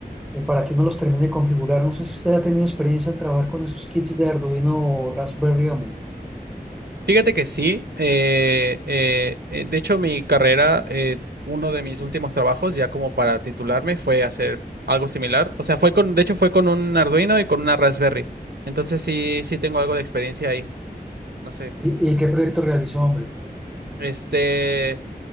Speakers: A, in the centre; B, on the right.
A: eh, para que uno los termine de configurar. No sé si usted ha tenido experiencia en trabajar con esos kits de Arduino o Raspberry, hombre.
B: Fíjate que sí. eh, eh, eh, de hecho, mi carrera, eh, uno de mis últimos trabajos, ya como para titularme, fue hacer algo similar. O sea, fue con, de hecho, fue con un Arduino y con una Raspberry. Entonces sí, sí tengo algo de experiencia ahí. No sé.
A: ¿Y, y qué proyecto realizó, hombre?
B: Este,